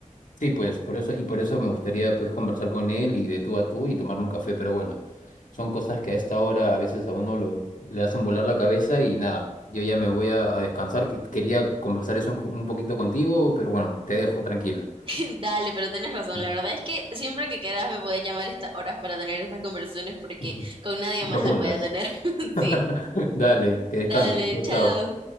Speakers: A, on the left; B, on the right.
A: Sí, pues por eso, y por eso me gustaría pues conversar con él y de tú a tú y tomarme un café, pero bueno, son cosas que a esta hora a veces a uno lo, le hacen volar la cabeza y nada, yo ya me voy a, a descansar, que quería conversar eso un, co- un poquito contigo, pero bueno, te dejo tranquila.
B: <laughs> Dale, pero tenés razón,
A: Mm.
B: la verdad es que siempre que quieras me podés llamar a estas horas para tener estas conversaciones porque
A: <laughs>
B: con nadie más
A: Profundas.
B: la voy a tener. <laughs>
A: <laughs>
B: Sí,
A: Dale, que descanses.
B: dale,
A: Chao,
B: chao.
A: chao.